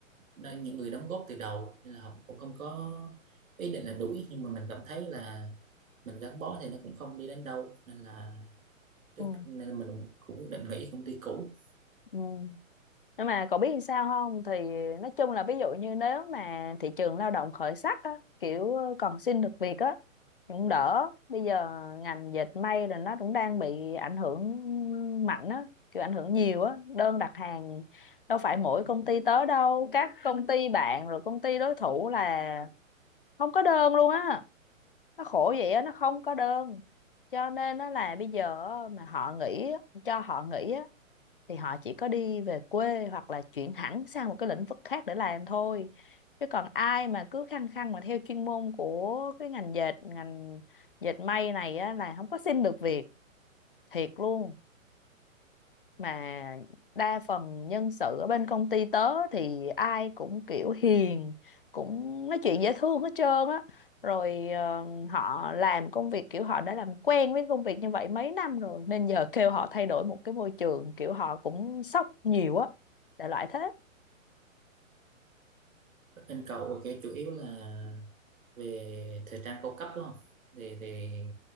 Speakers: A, on the right; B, on the left.
A: đã những người đóng góp từ đầu nên là họ cũng không có ý định là đuổi nhưng mà mình cảm thấy là mình gắn bó thì nó cũng không đi đến đâu nên là trước
B: ừ
A: nên là mình cũng quyết định nghỉ công ty cũ
B: ừ. nhưng mà cậu biết làm sao không thì nói chung là ví dụ như nếu mà thị trường lao động khởi sắc á kiểu ờ, còn xin được việc á thì cũng đỡ bây giờ ngành dệt may là nó cũng đang bị ảnh hưởng mạnh á kiểu ảnh hưởng nhiều á đơn đặt hàng đâu phải mỗi công ty tới đâu các công ty bạn rồi công ty đối thủ là không có đơn luôn á nó khổ vậy á nó không có đơn cho nên nó là bây giờ á, mà họ nghỉ á, cho họ nghỉ á, thì họ chỉ có đi về quê hoặc là chuyển hẳn sang một cái lĩnh vực khác để làm thôi chứ còn ai mà cứ khăng khăng mà theo chuyên môn của cái ngành dệt ngành dệt may này á, là không có xin được việc thiệt luôn mà đa phần nhân sự ở bên công ty tớ thì ai cũng kiểu hiền cũng nói chuyện dễ thương hết trơn á rồi ờ, họ làm công việc kiểu họ đã làm quen với công việc như vậy mấy năm rồi nên giờ kêu họ thay đổi một cái môi trường kiểu họ cũng sốc nhiều á đại loại thế
A: bên cậu thì chủ yếu là về thời trang cao cấp đúng không thì thì